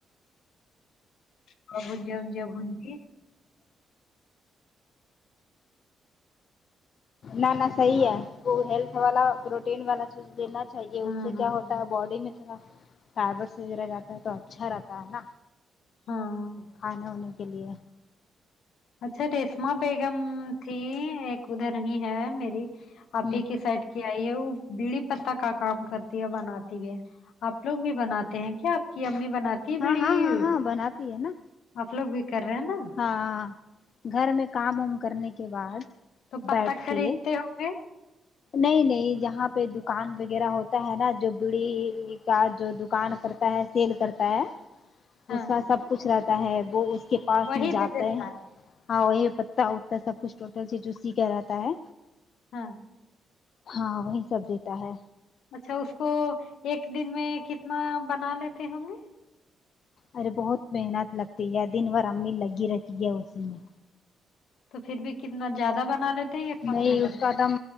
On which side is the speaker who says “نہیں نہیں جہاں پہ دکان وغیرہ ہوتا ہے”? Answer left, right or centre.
Left